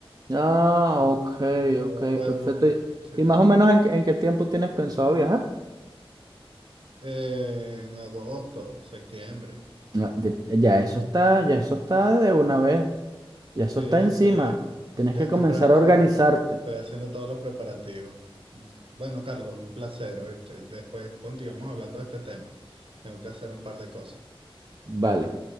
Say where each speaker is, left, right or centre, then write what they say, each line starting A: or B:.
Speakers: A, on the right; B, on the right.
A: Ah, ok,
B: Igual
A: ok,
B: podemos,
A: perfecto. ¿Y
B: sí,
A: y más o menos en, qué- en qué tiempo tienes pensado viajar?
B: eh, en agosto, septiembre.
A: No, de- Ya eso está, ya eso está de una vez. Ya eso
B: Sí,
A: está encima.
B: sí.
A: Tienes
B: Ya
A: que
B: estoy,
A: comenzar
B: pre-
A: a
B: estoy-
A: organizarte.
B: estoy haciendo todos los preparativos. Bueno, Carlos, un placer, ¿oíste? Después continuamos hablando de este tema. Tengo que hacer un par de cosas.
A: Vale.